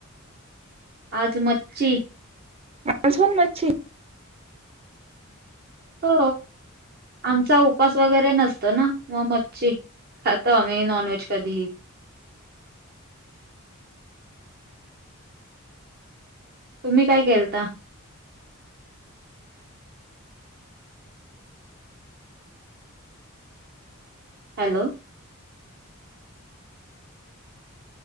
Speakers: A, on the right (about 45°); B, on the right (about 25°).
A: आज मच्छी
B: अजून मच्छी
A: हो आमचा उपास वगैरे नसत ना मग मच्छी खातो अमही नॉनवेज कधीही
B: <inaudible>
A: तुम्ही काय केलता हॅलो